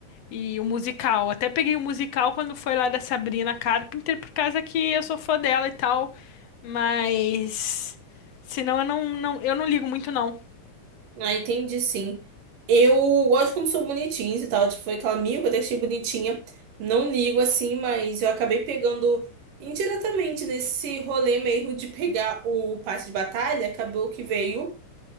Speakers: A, on the left; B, on the right.
A: E o musical. Até peguei o musical quando foi lá da Sabrina Carpenter, por causa que eu sou fã dela e tal. Mas. Senão eu não, não, eu não ligo muito, não.
B: Ah, entendi, sim. Eu gosto como sou bonitinha e tal. Tipo, foi aquela amiga que eu deixei bonitinha. Não ligo assim, mas eu acabei pegando indiretamente nesse rolê mesmo de pegar o passe de batalha. Acabou que veio.